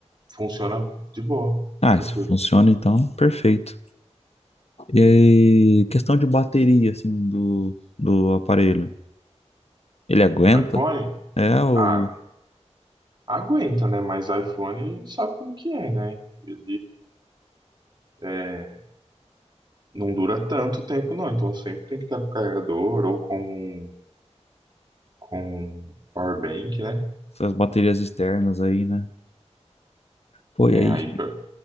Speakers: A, on the right; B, on the left.
A: Funciona de boa,
B: Ah,
A: tranquilo.
B: se funciona então, perfeito. E aí, questão de bateria, assim, do, do aparelho. Ele aguenta?
A: O iPhone,
B: É, ou
A: ah, aguenta, né? Mas iPhone a gente sabe como que é, né? Ele é, não dura tanto tempo, não. Então sempre tem que estar com o carregador ou com um com power bank, né?
B: as baterias externas aí, né? Pô,
A: Né,
B: e aí?
A: aí pra,